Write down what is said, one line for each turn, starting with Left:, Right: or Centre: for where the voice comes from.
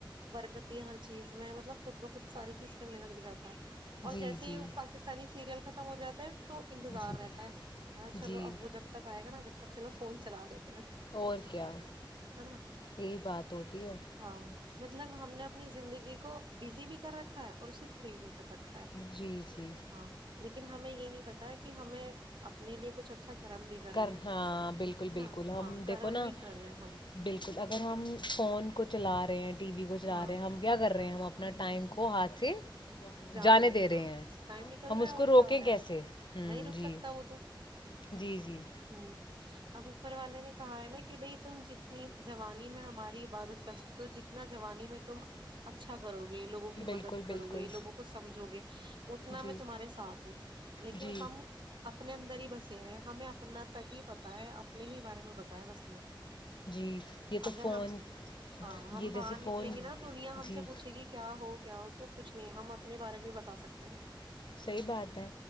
Right: برکت دی ہر چیز میں مطلب خود بخود ساری چیز کر میں مدد کرتا ہے
Left: جی
Right: اور جیسے
Left: جی
Right: ہی پاکستانی سیریل کا ختم ہو جاتا ہے تو انتظار
Left: جی
Right: رہتا ہے چلو
Left: جی
Right: اب وہ جب تک آئے گا نا جب تک چلو فون چلا لیتے ہیں
Left: اور کیا
Right: نا
Left: یہی بات ہوتی ہے
Right: ہاں مطلب ہم نے اپنی زندگی کو بزی بھی کر رکھا ہے اور اسے فری بھی رکھا ہے
Left: جی جی
Right: ہاں لیکن ہمیں یہ نہیں پتا کہ ہمیں اپنے لیے کچھ اچھا کرم بھی کرنے
Left: کر
Right: ہے
Left: ہاں بالکل بالکل
Right: نا
Left: ہم
Right: ہاں کرم
Left: دیکھو
Right: نہیں
Left: نا
Right: کر رہے ہم
Left: بالکل اگر ہم فون فون کو چلا رہے ہیں ٹی وی کو چلا
Right: ہاں
Left: رہے ہیں ہم کیا کر رہے ہیں ہم اپنا ٹائم کو ہاتھ سے
Right: جا
Left: جانے
Right: رہے
Left: دے
Right: ہاں
Left: ہیں
Right: ٹائم نکل
Left: ہم
Right: رہا
Left: اس
Right: ہے
Left: کو
Right: اور
Left: روکیں
Right: کیا ہو رہا
Left: کیسے
Right: ہے
Left: ہوں
Right: نہیں رک
Left: جی
Right: سکتا وہ تو
Left: جی جی
Right: ہوں اب اوپر والے نے کہا ہے نا کہ بھائی تم جتنی جوانی میں ہماری عبادت کر سکتے ہو جتنا جوانی میں تم اچھا کرو گے یہ لووں کی مدد
Left: بالکل
Right: کرو
Left: بالکل
Right: گے یہ لگوں کو جھو گے اتنا
Left: جی
Right: میں تمہارے ساتھ ہوں لیکن
Left: جی
Right: ہم اپنے اندر ہی بسے ہے ہمیں اپنا تک ہی پتا ہے اپنے ہی بارے میں پتا ہے بس ہمیں
Left: جی یہ تو
Right: اگر
Left: فون
Right: ہم سے ہاں ہم
Left: یہ
Right: باہر
Left: جیسے
Right: نکلیں
Left: فون
Right: گے نا دنیا ہم
Left: جی
Right: سے پوچھے گی کیا ہو کیا ہو تو کچھ نہیں ہم اپنے بارے میں بھی بتا سکتے ہیں
Left: صحیح بات ہے